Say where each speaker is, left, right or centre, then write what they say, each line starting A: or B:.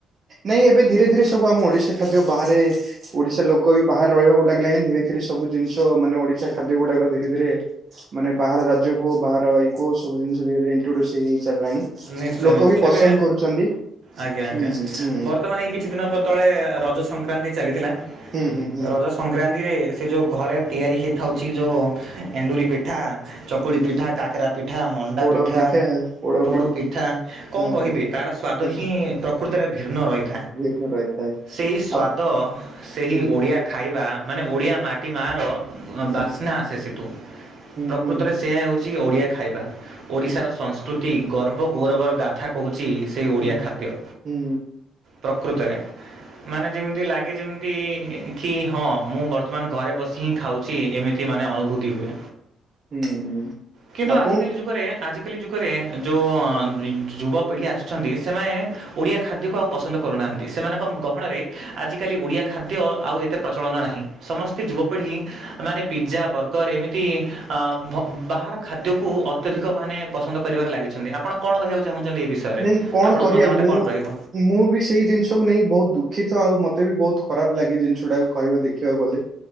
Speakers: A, on the right (about 45°); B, on the right (about 65°).
A: ନାଇଁ ଏବେ ଧୀରେ ଧୀରେ ସବୁ ଆମ ଓଡିଶା ଖାଦ୍ୟ ବାହାରେ ଓଡିଶା ଲୋକ ବି ବାହାରେ ରହିବାକୁ ଲାଗିଲାଣି ଧୀରେ ଧୀରେ ସବୁ ଜିନିଷ ମାନେ ଓଡିଶା ଖାଦ୍ୟ ଗୁଡାକ ଧୀରେ ଧୀରେ ମାନେ ବାହାର ରାଜ୍ୟକୁ ବାହାର ଇକୋ ସବୁ ଜିନିଷ ଇଣ୍ଟ୍ରୋଡ୍ୟୁସ ହେଇ ହେଇ ଚାଲିଲାଣି।
B: ନିଶ୍ଚୟ
A: ଲୋକ
B: ନିଶ୍ଚୟ
A: ବି ପସନ୍ଦ
B: ଏବେ
A: କରୁଛନ୍ତି
B: ଆଜ୍ଞା
A: ହୁଁ
B: ଆଜ୍ଞା
A: ହୁଁ
B: ବର୍ତ୍ତମାନ ଏଇ କିଛି ଦିନ କ ତଳେ ରଜ ସଂକ୍ରାନ୍ତି ଚାଲିଥିଲା
A: ହୁଁ ହୁଁ ହୁଁ
B: ରଜ ସଂକ୍ରାନ୍ତିରେ ସେ ଯେଉଁ ଘରେ ତିଆରି ହୋଇଥାଉଛି ଯେଉଁ ଏଣ୍ଡୁରି ପିଠା। ଚକୁଳି ପିଠା କାକରା ପିଠା ମଣ୍ଡା
A: ପୋଡ
B: ପିଠା।
A: <unintelligible>
B: ପୋଡ ପିଠା କଣ
A: ହଁ
B: କହିବି
A: ହଁ
B: ତାର ସ୍ଵାଦ
A: ହଁ
B: ହିଁ ପ୍ରକୃତରେ ଭିନ୍ନ ରହିିବ।
A: <unintelligible>
B: ସେଇ ସ୍ୱାଦ
A: ଆପ
B: ସେହି
A: ହୁଁ
B: ଓଡ଼ିଆ ଖାଇବା ମାନେ ଓଡ଼ିଆ ମାଟି ମାର
A: ହୁଁ
B: ବାସ୍ନା ଆସେ ସେଠୁ ପ୍ରକୃତରେ
A: ହୁଁ
B: ସେଆ ହେଉଛି ଓଡ଼ିଆ ଖାଇବା। ଓଡ଼ିଶାର ସଂସ୍କୃତି ଗର୍ବ ଗୌରବର ଗା ଥା କହୁଚି ସେଇ ଓଡ଼ିଆ
A: ହୁଁ ହୁଁ
B: ଖାଦ୍ୟ।
A: ହୁଁ
B: ପ୍ରକୃତରେ ମାନେ ଯେମିତି ଲାଗେ ଯେମିତି ଖୀ ହଁ ମୁଁ ବର୍ତ୍ତମାନ ଘରେ ବସି ହିଁ ଖାଉଛି ଏମିତି ମାନେ ଅନୁଭୂତି ହୁଏ।
A: ହୁଁ
B: କିନ୍ତୁ
A: ଆପଣ
B: ଆଜିକାଲି ଯୁଗରେ ଆଜିକାଲି ଯୁଗରେ ଯୋଉ ଆଁ ଯୁବପିଢ଼ି ଆସିଛନ୍ତି ସେମାନେ ଓଡ଼ିଆ ଖାଦ୍ୟକୁ ଆଉ ପସନ୍ଦ କରୁନାହାନ୍ତି। ସେମାନଙ୍କ ଗହଣରେ ଆଜିକାଲି ଓଡ଼ିଆ ଖାଦ୍ୟ ଆଉ ଏ ତେ ପ୍ରଚଳନ ନାହିଁ। ସମସ୍ତେ ଯୁବପିଢ଼ି ମାନେ ପିଜା, ବର୍ଗର ଏମିତି ତି ଆଁ ଭ ବାହାର ଖାଦ୍ୟକୁ ଅତ୍ୟଧିକ ମାନେ ପସନ୍ଦ କରିବାରେ ଲାଗିଛନ୍ତି। ଆପଣ କଣ କହିବାକୁ ଚାହୁଁଛନ୍ତି ଏ ବିଷୟରେ
A: ନାଇଁ କଣ
B: ଆପଣଙ୍କ
A: କରିବା
B: ମତାମତ
A: ମୁଁ
B: କଣ ରହିବ?
A: ମୁଁ ବି ସେଇ ଜିନିଷକୁ ନେଇ ବହୁତ ଦୁଃଖିତ। ଆଉ ମତେ ବି ବହୁତ ଖରାପ ଲାଗେ ଜିନିଷ ଲାଗେ ଜିନିଷ ଟାକୁ କହିବା ଦେଖି ଖିବାକୁ ଗଲେ।